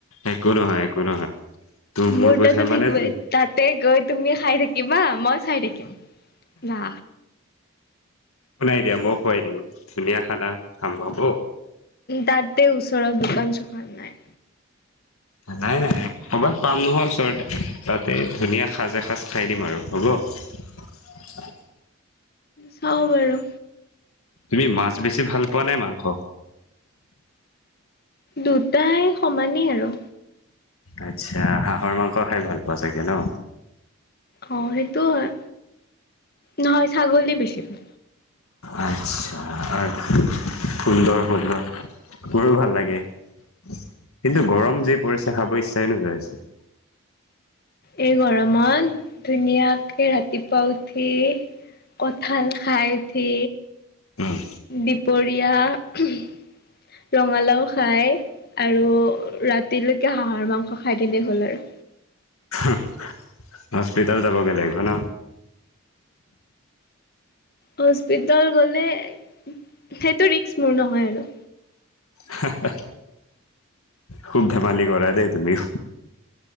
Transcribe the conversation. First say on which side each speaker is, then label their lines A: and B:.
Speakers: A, on the left; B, on the left.
A: একো নহয়, একো নহয়। তোৰ
B: মোৰ
A: পইচা
B: তাতো থাকিব,
A: মানে তো
B: তাতেই গৈ তুমি খাই থাকিবা, মই চাই থাকিম। না।
A: একো নাই দিয়া, মই খুৱাই দিম, ধুনীয়া খানা খাম, হ'ব।
B: তাতেই ওচৰত দোকান চোকান নাই।
A: নাই নাই, কৰ'বাত পাম নহয় ওচৰতে, তাতেই ধুনীয়া সাজ এসাঁজ খাই দিম আৰু। হ'ব? <inaudible>
B: চাওঁ বাৰু।
A: তুমি মাছ বেছি ভাল পোৱা নে মাংস?
B: দুটাই সমানেই আৰু।
A: আচ্ছা, হাঁহৰ মাংস খাই ভাল পোৱা চাগে ন।
B: অ', সেইটোওঁ হয়, নহয়, ছাগলী বেছি ভাল।
A: আচ্ছা আৰ, সুন্দৰ সুন্দৰ। মোৰো ভাল লাগে, কিন্তু গৰম যি পৰিছে, খাব ইচ্ছাই নোযায় চোন। <unintelligible>
B: এই গৰমত, ধুনীয়াকে ৰাতিপুৱা উঠি কঁঠাল খাই উঠি
A: উম,
B: দুপৰীয়া ৰঙালাওঁ খাই আৰু ৰাতিলৈকে হাঁহৰ মাংস খাই দিলেই হ'ল আৰু।
A: হাহ, হস্পিতাল যাবগে লাগিব ন?
B: হস্পিতাল গ'লে, সেইটো ৰিস্ক মোৰ নহয় আৰু।
A: হে-হে খুব ধেমালি কৰা দে। তুমি।